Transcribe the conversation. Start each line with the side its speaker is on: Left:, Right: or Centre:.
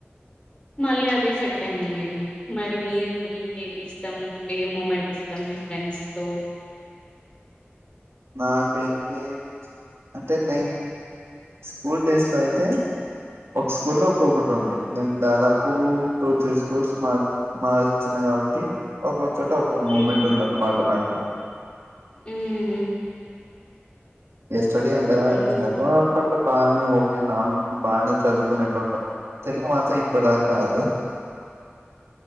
Left: మళ్ళీ అదే సెట్ అయిందిలేండి మరి మీర్ మీకే ఇష్టం ఏ మూమెంట్ ఇష్టం మీ ఫ్రెండ్స్ తో
Right: నాకైతే అంటే నేన్ స్కూల్ డేస్ లో అయితే ఒక్ స్కూల్లో ఒక్కొక్కటి
Left: ఉమ్,
Right: ఉండే నెన్ దాదాపు టూ టూ త్రీ స్కూల్స్ మార్ మారి వచ్చిన కాబట్టి ఒక్కొ చోట ఒక్కొక్క మూమెంట్
Left: ఉమ్,
Right: ఉందన్నమాట నాకు
Left: ఉమ్ హు
Right: ఏ స్టడీ అంటారా
Left: ఉమ్.
Right: ఎలాగో అప్పట్ బాగనే ఒకే నార్మల్ బానే చదువుకునేటోన్ని తెలుగు మాత్రం ఇప్పుడుదాక రాదు